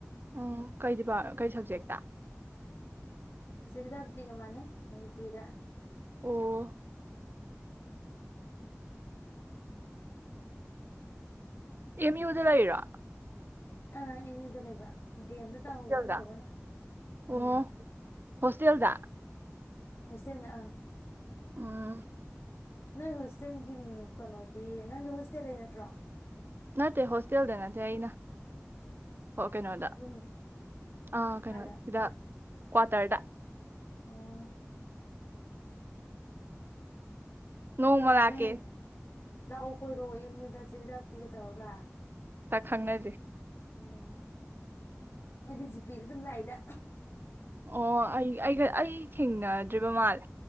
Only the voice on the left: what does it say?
ꯆꯦꯕꯤꯗꯕꯇꯤꯒ ꯃꯥꯟꯅꯩ ꯃꯅꯤꯄꯨꯔꯤꯗ꯫
꯫
ꯑꯥ ꯑꯦꯃꯤꯌꯨꯗ ꯂꯩꯕ꯫ ꯗꯦꯝꯗ ꯇꯪꯕ
ꯇꯧꯕꯅ
ꯎꯝ꯫
ꯍꯣꯁꯇ‌ꯦꯜꯗ ꯑꯪ꯫
ꯅꯣꯏ ꯍꯣꯁꯇꯦꯜꯒꯤ ꯀꯩꯅꯣꯗꯤ ꯅꯪꯒꯤ ꯍꯣꯁꯇꯦꯜ ꯂꯩ ꯅꯠꯇ꯭ꯔꯣ
ꯌꯨꯝ
ꯀꯥꯏꯗ
ꯑꯣ
ꯅꯣꯏ
ꯍꯣꯏ ꯅꯣꯏ ꯂꯥꯛꯑꯣ ꯀꯣꯏꯔꯣꯑꯣꯦꯝ ꯌꯗ ꯆꯦꯗ ꯇꯒ
ꯎꯝ ꯑꯩꯗꯤ ꯖꯤꯄꯤꯗ ꯑꯗꯨꯝ ꯂꯥꯛꯏꯗ